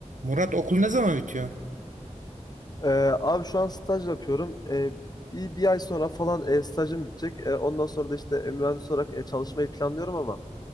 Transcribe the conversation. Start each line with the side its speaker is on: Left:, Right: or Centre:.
Right: Murat okul ne zaman bitiyor?
Left: Ee, abi şu an staj yapıyorum. Ee, bir, bir ay sonra falan e, stajım bitecek. E, ondan sonra da işte e, mühendis olarak e, çalışmayı planlıyorum ama